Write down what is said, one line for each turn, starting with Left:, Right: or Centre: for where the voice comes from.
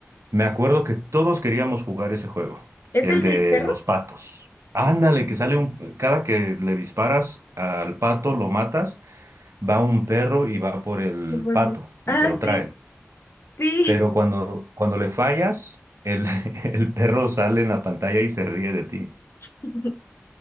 Right: Me acuerdo que todos queríamos jugar ese juego,
Left: ¿Es
Right: el
Left: el
Right: de
Left: del perro?
Right: los patos. Ándale, que sale un... Cada que le disparas al pato, lo matas, va un perro y va por el
Left: No puede.
Right: pato
Left: Ah,
Right: y te lo
Left: sí,
Right: trae.
Left: sí.
Right: Pero cuando, cuando le fallas, el, <laughs> el perro sale en la pantalla y se ríe de ti.
Left: <laughs>